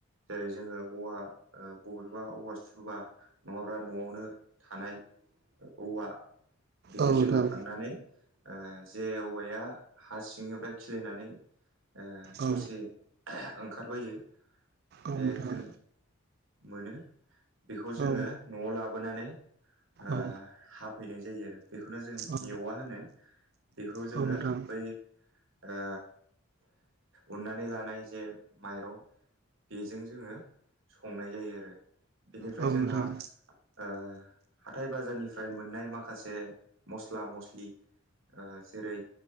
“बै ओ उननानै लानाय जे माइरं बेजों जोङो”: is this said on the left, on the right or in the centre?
Right